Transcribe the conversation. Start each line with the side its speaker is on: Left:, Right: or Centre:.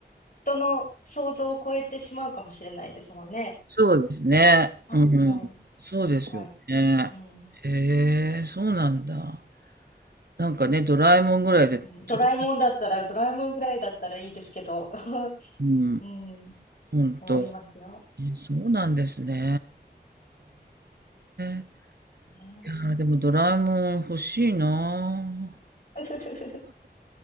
Left: 人の想像を超えてしまうかもしれないですもんね。
Right: そうですね。
Left: はい。
Right: うん、そうですよね。
Left: 怖い。うん。
Right: へえ、そうなんだ。なんかね、ドラえもんぐらいで、
Left: うんドラえもんだったら、
Right: とても
Left: ドラえもんぐらいだったらいいですけど。<laughs>
Right: うん、
Left: うん、
Right: うん、ほんと。
Left: 思いますよ。
Right: えそうなんですね。へえ。
Left: ね
Right: いやー、でもドラえもん欲しいな
Left: え <laughs>、